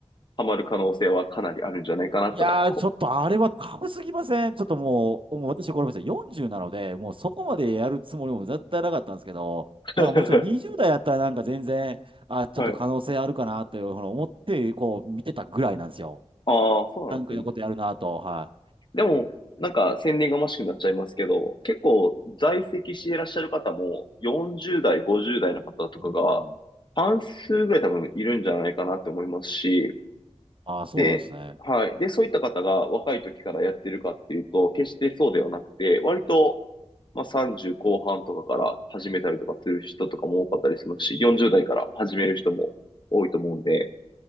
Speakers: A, on the left (about 45°); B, on the right (about 50°).
A: ハマる可能性はかなりあるんじゃないかなとは、
B: いやー、
A: こ
B: ちょっとあれはタすぎません。ちょっともう、もう私これまで40なので、もうそこまでやるつもりも絶対なかったんですけど、なんかもうちろん20代やったらなんか全然、
A: う。<laughs>
B: あ、ちょっと可能性あるかなというふうに思って、
A: はい。
B: こう見てたぐらいなんですよ。
A: ああ、そうなんですね。
B: なんかいうことやるなと、は
A: でも、なんか、宣伝がましくなっちゃいますけど、結構、在籍していらっしゃる方も、40代、50代の方とかが、
B: い。うん。
A: 半数ぐらい多分いるんじゃないかなって思いますし、
B: ああ、そうなんですね。
A: で、はい。で、そういった方が若い時からやってるかっていうと、決してそうではなくて、割と、まあ、30後半とかから始めたりとかする人とかも多かったりしますし、40代から始める人も多いと思うんで、